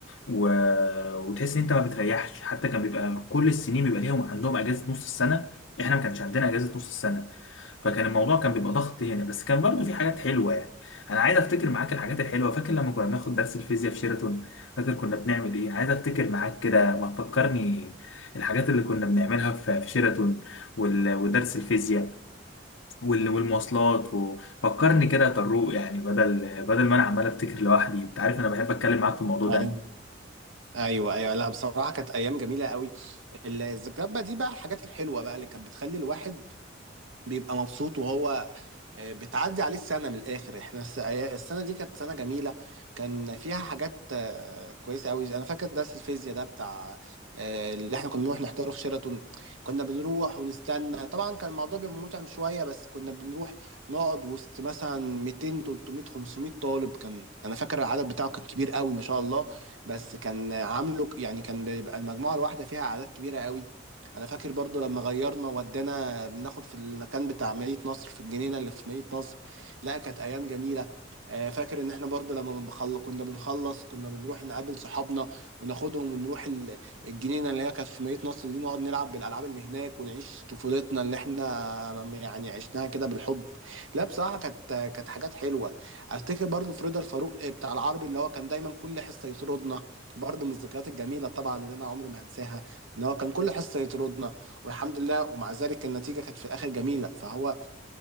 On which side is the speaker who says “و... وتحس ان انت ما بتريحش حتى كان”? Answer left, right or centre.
Left